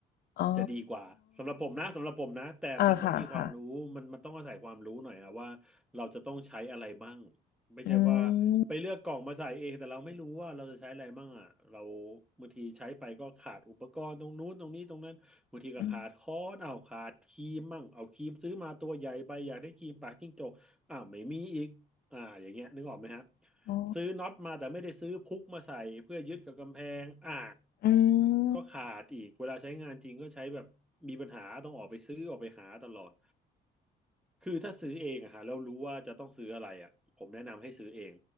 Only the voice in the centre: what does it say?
จะดีกว่าสำหรับผมนะสำหรับผมนะแต่มันต้องมีความรู้มันมันต้องอาศัยความรู้หน่อยอะว่าเราจะต้องใช้อะไรบ้าง
ไม่ใช่ว่า
ไปเลือกกล่องมาใส่เองแต่เราไม่รู้ว่าเราจะใช้อะไรบ้างอะเรา
บางทีใช้ไปก็ขาดอุปกรณ์ตรงนู้นตรงนี้ตรงนั้นบางทีก็ขาดค้อนเอาขาดครีมมั่งเอาครีมซื้อมาตัวใหญ่ไปอยากได้ครีมปากจิ้งจกอ้าวไม่มีอีกอ่าอย่างเงี้ยนึกออกไหมฮะ
ซื้อน็อตมาแต่ไม่ได้ซื้อพุกมาใส่เพื่อยึดกับกำแพงอ่า
ก็ขาดอีกเวลาใช้งานจริงก็ใช้แบบมีปัญหาต้องออกไปซื้อออกไปหาตลอดคือถ้าซื้อเองอะฮะแล้วรู้ว่าจะต้องซื้ออะไรอะผมแนะนำให้ซื้อเอง